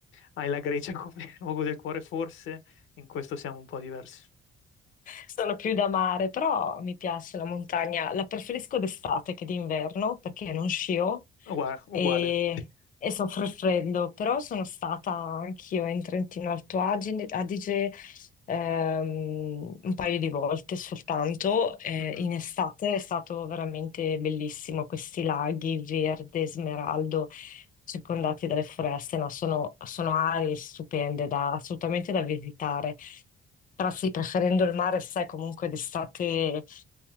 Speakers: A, on the left; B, on the left.
A: hai la Grecia come <laughs> luogo del cuore, forse in questo siamo un po' diversi.
B: Sono più da mare, però mi piace la montagna. La preferisco d'estate che d'inverno perché non scio
A: Uguale, uguale.
B: e,
A: <laughs>
B: e soffro il freddo. Però sono stata anch'io in Trentino Alto Agine- Adige, ehm, un paio di volte soltanto. eh,
A: Mhm.
B: in estate è stato veramente bellissimo. Questi laghi verde, smeraldo, circondati dalle foreste, no? Sono, sono aree stupende da- assolutamente da visitare. Però sì, preferendo il mare, sai, comunque d'estate